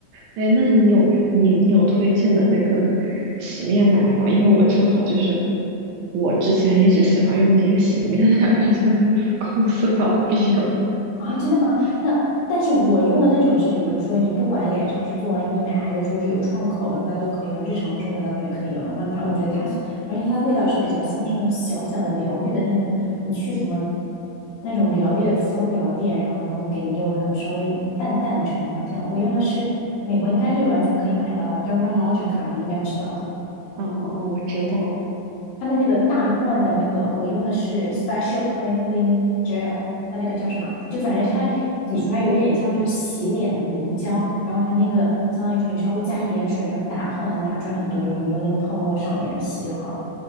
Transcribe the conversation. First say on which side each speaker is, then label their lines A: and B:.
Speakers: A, on the right; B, on the left.
A: 哎，那你有你你有推荐的那个洗面奶吗？因为我正好就是我之前一直喜欢用的一个洗面奶，但现在 <laughs> 公司倒闭了。
B: 啊，真的吗？那但是我用的那种是，比如说你不管脸上是做完医美，还是说是有创口，然后它都可以用，日常生活当中也可以用。然后它，我觉得它是，而且它的味道是比较像是那种小小的疗愈的那种，你去什么那种疗愈的芳疗店，然后它会给你用那种稍微淡淡的橙花香。我用的是美国应该是完全可以买到的 Dermalogica，
A: 嗯，
B: 你应该知道的。
A: 哦哦哦，我知道，
B: 它的那个大罐的那个，我用的是 Special Cleansing Gel，它那个叫什么？就反正它挤出来有点像是洗脸的凝胶，然后它那个相当于说你稍微加一点水，然后打泡能打出来很多，然后你用那个泡沫上脸上洗就好了。